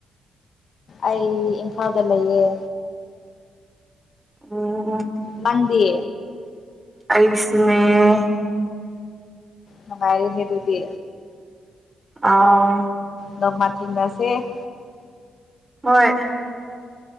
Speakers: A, on the left; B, on the right.
A: ꯑꯩ ꯏꯝꯐꯥꯜꯗ ꯂꯩꯌꯦ
B: ꯑꯣ
A: ꯅꯪꯗꯤ
B: ꯑꯩꯁꯨꯅꯦ
A: ꯅꯨꯉꯥꯏꯅꯦ ꯑꯗꯨꯗꯤ꯫
B: ꯑꯥꯎ꯫
A: ꯅꯣꯡꯃ ꯊꯦꯡꯅꯁꯦ ꯫
B: ꯍꯣꯏ꯫